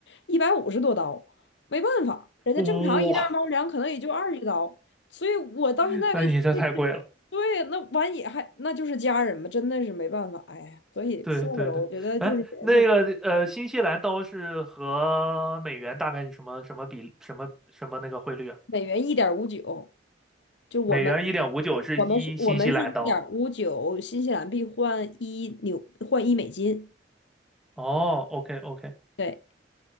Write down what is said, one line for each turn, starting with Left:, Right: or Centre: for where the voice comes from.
Left: 一百五十多刀，没办法，人家正常一袋猫粮可能也就二十刀，
Centre: 哇，
Left: 所以我到现在为止，
Centre: <laughs> 那你这太贵了。
Left: 对，那完也还那就是家人嘛，真的是没办法，哎呀，所以算了吧，
Centre: 对对对，
Left: 我觉得就是缘分，
Centre: 哎，那个呃，新西兰刀是和美元大概是什么什么比什么什么那个汇率啊？
Left: 每元一点五九，就我们
Centre: 美元一点五九是一新西兰刀。
Left: 我们是我们是一点五九新西兰币换一纽换一美金。
Centre: 哦，OK OK，
Left: 对，